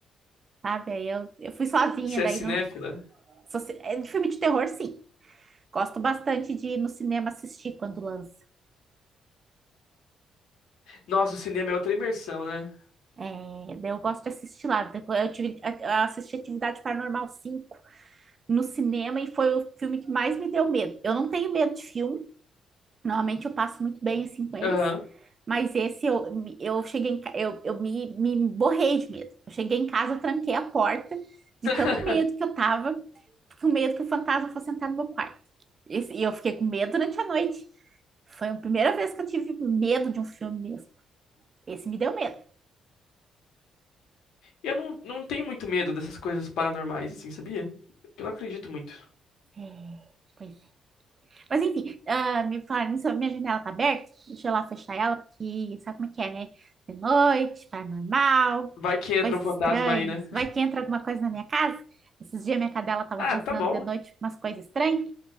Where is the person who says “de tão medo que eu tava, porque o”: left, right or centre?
Right